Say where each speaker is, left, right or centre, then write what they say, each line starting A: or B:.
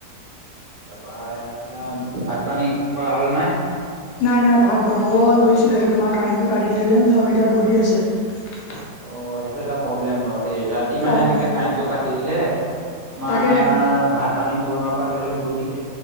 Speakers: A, on the right; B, on the left.
A: তাৰাপৰা এয়া ভাত পানী খোৱা হল নাই
B: নাই নাই ভাত বনাব লৈছিলেহে তোমাৰ কাৰেণ্টটো কাটিলে যেন চব এতিয়া বহি আছে
A: অ সেইটো এটা প্ৰব্লেম বাৰু দেই ৰাতি
B: প্ৰব্লেম
A: মানে এনেকে কাৰেণ্টটো কাটি দিলে আমাৰ
B: তাকে
A: ভাত পানী বনোৱাৰ পৰা ধৰি লও বহুত দি